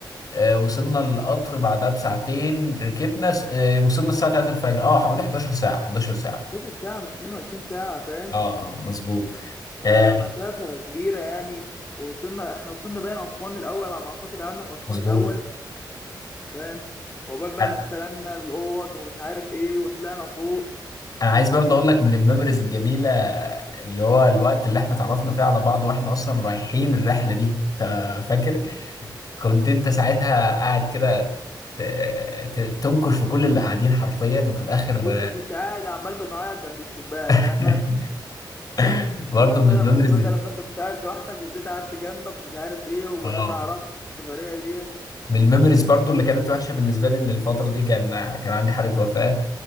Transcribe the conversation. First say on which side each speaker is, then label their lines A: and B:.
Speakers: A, on the left (about 50°); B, on the left (about 25°).
A: آه، وصلنا القطر بعدها بساعتين ركبنا س- آه، وصلنا الساعة 3 الفجر اه حوالي 11 ساعة 11 ساعة
B: 12 ساعة مش 22 ساعة فاهم
A: اه اه مظبوط
B: فمسافة
A: آه،
B: كبيرة يعني وصلنا احنا وصلنا باين اسوان الاول على ما اعتقد قعدنا في اسوان
A: مظبوط
B: الاول فاهم وعقبال بقى
A: انا
B: ما استلمنا الاوض ومش عارف ايه وطلعنا فوق
A: أنا عايز برضه
B: فكان
A: اقول لك من الميموريز الجميله اللي هو الوقت اللي احنا اتعرفنا فيه على بعض واحنا اصلا رايحين الرحله دي انت فاكر كنت انت ساعتها قاعد كده ت- ت- تنكش في كل اللي قاعدين حرفيا وفي الاخر
B: وانت كنت قاعد عمال بتعيط جنب الشباك
A: <laughs>
B: انا فاكر
A: برضه
B: فكرت
A: من
B: انا
A: الميموريز
B: الموضوع
A: ال-
B: ده لما انت كنت قاعد لوحدك وجيت قعدت جنبك ومش عارف ايه وبدات
A: اه
B: اعرفك في السفريه ديت
A: من الميموريز برضه اللي كانت وحشه بالنسبه لي ان الفتره دي كان كان عندي حاله وفاه